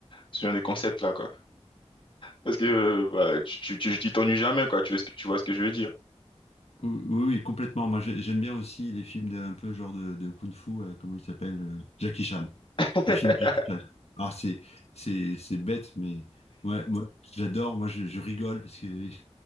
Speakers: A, on the left; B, on the left.
A: ce genre de concept-là, quoi. Parce que, euh, bah, tu, tu, tu, tu t'ennuies jamais, quoi. Tu vois ce que, tu vois ce que je veux dire.
B: Oui, oui, oui, complètement. Moi, j'ai- j'aime bien aussi les films de, un peu genre de, de kung-fu, euh, comment il s'appelle? euh, Jackie Chan.
A: <laughs>
B: Les films de Jackie Chan. Alors, c'est, c'est, c'est bête, mais ouais, moi, j'adore. Moi, je, je rigole parce que <laughs>